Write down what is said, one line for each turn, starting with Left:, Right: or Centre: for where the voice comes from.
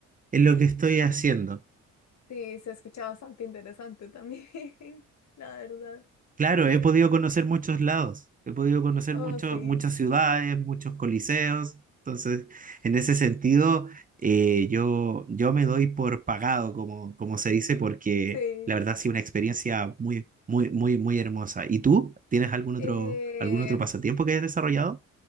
Right: en lo que estoy haciendo.
Left: Sí, se escucha bastante interesante también, <laughs> la verdad.
Right: Claro, he podido conocer muchos lados, he podido conocer
Left: No,
Right: mucho-
Left: sí,
Right: muchas ciudades, muchos coliseos, entonces en ese sentido eh, yo, yo me doy por pagado, como, como se dice, porque
Left: sí.
Right: la verdad ha sido una experiencia muy, muy, muy, muy hermosa. ¿Y tú? ¿Tienes algún
Left: Em,
Right: otro, algún otro pasatiempo que hayas desarrollado?